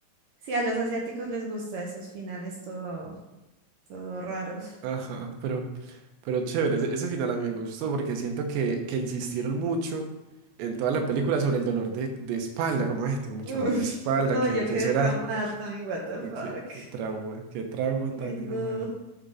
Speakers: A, on the right; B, on the right.
A: sí, a los asiáticos les gusta esos finales todo, todo raros.
B: Ajá, pero, pero chévere, ese, ese final a mí me gustó porque siento que, que insistieron mucho en toda la película sobre el dolor de, de espalda, como, "Ay, tengo mucho
A: Uf,
B: dolor de espalda,
A: no,
B: ¿qué,
A: yo
B: qué
A: quedé
B: será?
A: traumada, Tommy, what the
B: Uy,
A: fuck.
B: Qué, qué trauma, qué trauma
A: Uy,
B: tan
A: no.
B: hijo de madre".